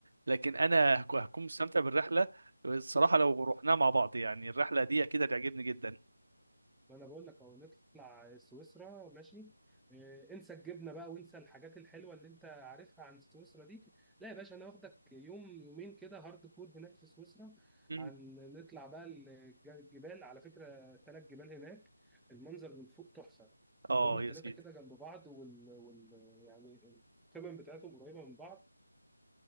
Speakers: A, on the right; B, in the centre.
A: لكن انا
B: مم.
A: هك- هكون مستمتع بالرحله الصراحه لو رحناها مع بعض يعني الرحله دي اكيد هتعجبني جدا
B: ما انا بقول لك اهو نطلع سويسرا ماشي آه، انسى الجبنه بقى وانسى الحاجات الحلوه اللي انت عارفها عن سويسرا دي لا يا باشا انا واخدك يوم يومين كده هارد كور هناك في سويسرا
A: مم.
B: عن نطلع بقى الج- الجبال على فكره ثلاث جبال هناك المنظر من فوق تحفه
A: اه
B: وهما الثلاثه
A: يا سيدي
B: كده جنب بعض وال... وال... يعني القمم بتاعتهم قريبه من بعض